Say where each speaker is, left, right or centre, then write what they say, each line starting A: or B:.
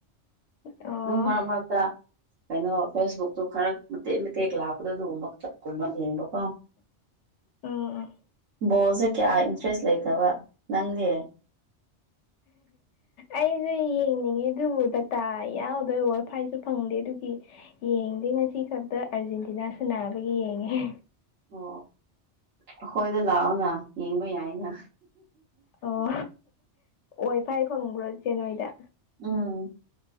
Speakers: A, on the left; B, on the right.
A: ꯑꯣ
B: ꯑꯗꯨꯝ ꯃꯔꯛ ꯃꯔꯛꯇ ꯀꯩꯅꯣ ꯐꯦꯁꯕꯨꯛꯇꯨ ꯈꯔ ꯃꯇꯦꯛ ꯃꯇꯦꯛ ꯂꯥꯛꯄꯗ ꯑꯗꯨꯒꯨꯝꯕꯀꯨꯝꯕ ꯌꯦꯡꯕꯣꯀꯣ
A: ꯎꯝ ꯎꯝ
B: ꯕꯣꯜꯁꯦ ꯀꯌꯥ ꯏꯟꯇꯔꯦꯁ ꯂꯩꯇꯕ ꯅꯪꯒꯤ
A: ꯑꯩꯁꯨ ꯌꯦꯡꯅꯤꯡꯉꯦ ꯑꯗꯨꯕꯨ ꯗꯇꯥ ꯌꯥꯎꯗꯣꯏ ꯋꯥꯏ ꯐꯥꯏꯁꯨ ꯐꯪꯗꯦ ꯑꯗꯨꯒꯤ ꯌꯦꯡꯗꯦ ꯉꯁꯤ ꯈꯛꯇ ꯑꯥꯔꯖꯦꯟꯇꯤꯅꯥ ꯁꯅꯥꯕꯒꯤ ꯌꯦꯡꯉꯦ
B: ꯑꯣ ꯑꯩꯈꯣꯏꯗ ꯂꯥꯛꯑꯣꯅ ꯌꯦꯡꯕ ꯌꯥꯏꯅ
A: ꯑꯣ ꯋꯥꯐꯥꯏ ꯐꯪꯕ꯭ꯔꯣ ꯏꯆꯦ ꯅꯣꯏꯗ
B: ꯎꯝ